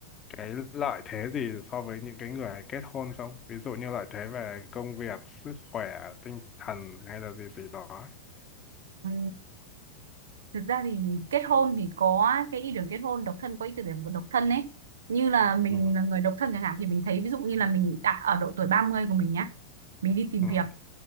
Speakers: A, on the left; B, on the right.
A: cái lợi thế gì so với những cái người kết hôn không? Ví dụ như lợi thế về công việc, sức khỏe, tinh thần hay là gì gì đó. ấy.
B: Ừ, thực ra thì kết hôn thì có cái ý tưởng kết hôn độc thân có ý tưởng độc thân ấy như là mình
A: ừ
B: là người độc thân chẳng hạn thì mình thấy ví dụ như là mình đã ở độ tuổi 30 của mình nhá mình đi tìm
A: ừ
B: việc